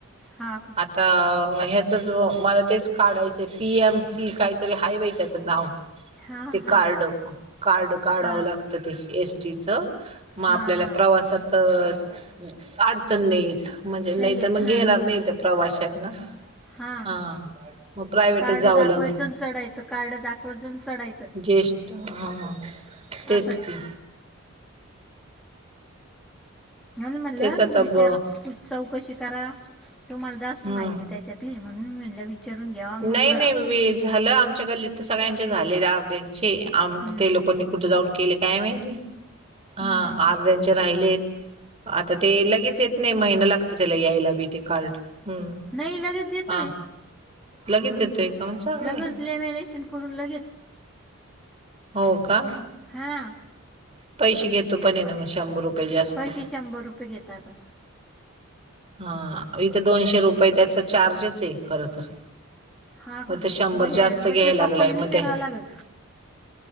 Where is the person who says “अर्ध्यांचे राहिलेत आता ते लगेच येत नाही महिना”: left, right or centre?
Right